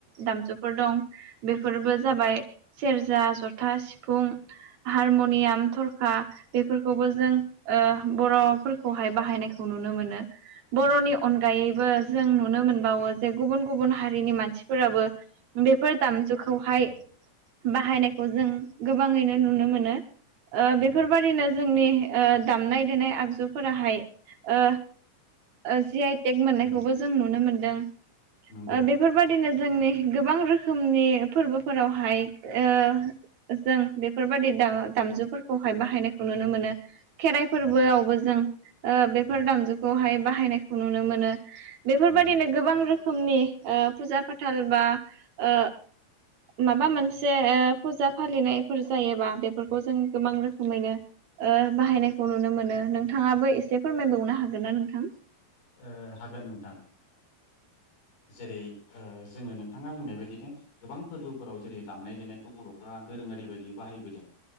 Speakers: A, on the right; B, on the left.
A: दामजुफोर दं। बेफोरबो जाबाय
B: औ
A: सेर जा जथा सिफुं हारम'नियाम थरखा बेफोरखौबो जों ओ बर'फोरखौहाय बाहायनायखौ नुनो मोनो। बर'नि अनगायैबो जों नुनो मोनबावो जे गुबुन गुबुन हारिनि मानसिफोराबो बेफोर दाम जुखौहाय
B: औ
A: बाहायनायखौ जों गोबाङैनो नुनो मोनो। ओ
B: नंगौ
A: बेफोरबायदिनो जोंनि ओ दामनाय देनाय आगजुफोराहाय ओ ओ जि आय टेक मोननायखौबो
B: नंगौ
A: जों नुनो मोनदों। ओ
B: नंगौ
A: बेफोरबायदिनो जोंनि गोबां रोखोमनि फोरबोफोरावहाय ओ जों बे फोरबायदि दा-दामजुफोरखौहाय बाहायनायखौ नुनो मोनो। खेराइ फोरबोआवबो
B: नंगौ
A: जों ओ बेफोर
B: औ नंगौ
A: दामजुखौहाय बाहायनायखौ नुनो मोनो। बेफोरबादिनो
B: नंगौ
A: गोबां रोखोमनि ओ फुजा फाथाल बा ओ माबा मोनसे ओ फुजा फालिनायफोर जायोबा बेफोरखौ जों गोबां रोखोमैनो ओ बाहायनायखौ नुनो मोनो। नोंथाङाबो एसे फोरमायबावनो हागोन ना नोंथां?
B: ओ हागोन नोंथां। जेरै ओ जोङो नोंथाङा बुंनाय बायदिनो गोबां फोरबोफोराव जेरै दामनाय देनायखौ बर'फ्रा दोरोङारि बायदि बाहायबोदों